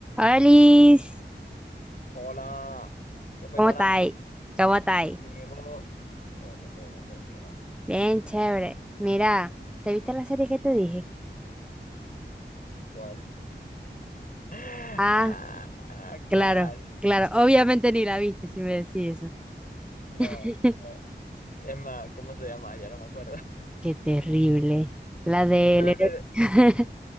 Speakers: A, in the centre; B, on the left.
A: Olis,
B: Hola, ¿qué pues
A: ¿cómo
B: ahora?
A: estáis? ¿Cómo estáis?
B: Diego, todo bien, todo bien, todo fino.
A: Bien, chévere. Mira, ¿te viste la serie que te dije?
B: ¿Cuál? <laughs> Ah,
A: Ah,
B: ah,
A: claro,
B: ¿cuál?
A: claro. Obviamente ni la viste si me decís eso.
B: No,
A: <laughs>
B: no. Es más, ¿cómo se llama? Ya no me acuerdo. <laughs>
A: Qué terrible. La del
B: No, en
A: héroe.
B: serio.
A: <laughs>